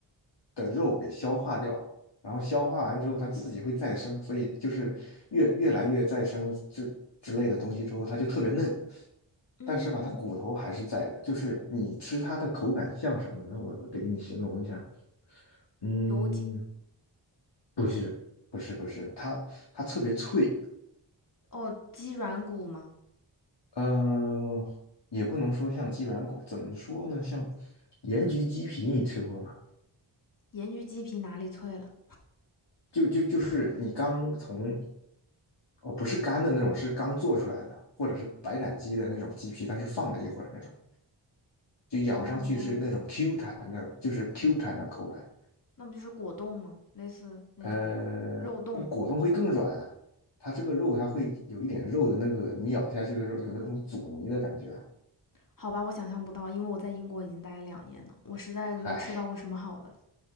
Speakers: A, on the left; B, on the left.
A: 的肉给消化掉，然后消化完之后，它自己会再生，所以就是越越来越再生之之类的东西之后，它就特别嫩，
B: 嗯，
A: 但是吧，它骨头还是在的，就是你吃它的口感像什么呢？我我得给你形容一下，嗯，
B: 牛筋
A: 不是不是不是，它它特别脆。
B: 哦，鸡软骨吗？
A: 呃，也不能说像鸡软骨，怎么说呢？像盐焗鸡皮，你吃过吗？
B: 盐焗鸡皮哪里脆了？
A: 就就就是你刚从哦，不是干的那种，是刚做出来的，或者是白斩鸡的那种鸡皮，但是放了一会儿那种，就咬上去是那种
B: 哦，
A: Q 弹的，就是 Q 弹的口感。
B: 那不就是果冻吗？类似那种肉冻？
A: 呃，嗯果冻会更软啊，它这个肉它会有一点肉的那个，你咬下去的时候有那种阻尼的感觉
B: 好吧，我想象不到，因为我在英国已经待了两年了，我实在没吃到过什么好的。
A: 哎